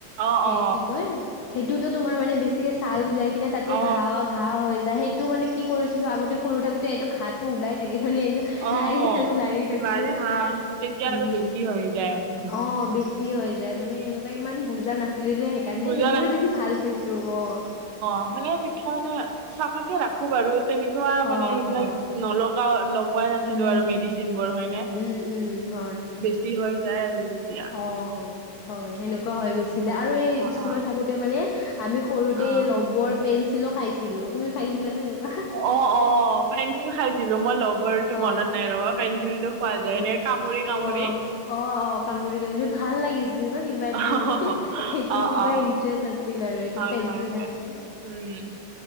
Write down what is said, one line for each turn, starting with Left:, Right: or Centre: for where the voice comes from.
Right: অ
Left: সেই
Right: অ
Left: কি কয় সেইটোতো তোমাৰ মানে বেছিকে ছাল যাই কিনে তাতে
Right: অ
Left: ঘা, ঘা হৈ যায়। সেইটোও মানে কি কৰিছিলোঁ আগতে সৰু থাকোতে এইটো ঘাতটো ওলাই থাকে, মানে এনেও
Right: অ
Left: লাৰি
Right: অ
Left: থাকো, লাৰি থাকো,
Right: বাৰি হা সেইটো তেতিয়া
Left: উম,
Right: আৰু বেছি হৈ যায় উম
Left: অ' বেছি। বেছি হৈ যায় মানে এনেকুৱা ইমান বুজা নাছিলোঁ যে। সেইকাৰণে
Right: বুজা
Left: সেইবোৰে বেছি ভাল পাইছিলোঁ অ'।
Right: অকলে ঠিক। তেতিয়া মানে চাফাকে ৰাখো বাৰু। তেনেকুৱা মানে
Left: অ',
Right: এইবিলাক
Left: অ',
Right: নলগাওঁ লগাই নাছিলোঁ
Left: উম,
Right: আৰু মেডিচিন বোৰ হয়নে?
Left: উম, উম, হয়।
Right: যি, হৈ যায় আৰু যেতিয়া।
Left: অ', অ' হয় সেনেকুৱা হৈ গৈছিলে আৰু এই
Right: অ',
Left: স্কুলত
Right: অ'।
Left: থাকোতে মানে আমি সৰুতে
Right: অ',
Left: লবৰ পেঞ্চিলো খাইছিলো, তুমি খাইছিলা নে এনেকুৱা?
Right: অ', অ'। ঞ্চিল খাইছিলো মই লবৰ টো
Left: অ',
Right: মনত নাই ৰ'বা, পেঞ্চিল টো খোৱা
Left: অ',
Right: যায় এনেকে কামুৰি কামুৰি।
Left: অ', অ', অ' কামুৰি কামুৰি ভাল লাগিছিলে ন কিবা এটা
Right: অ',
Left: মানে সেইটো
Right: অ',
Left: কিবা
Right: অ',
Left: ইণ্টাৰেষ্ট আছে। আছিল আৰু এইটো
Right: হয়,
Left: পেঞ্চিল
Right: হয়, হয়,
Left: খাই খাই।
Right: উম।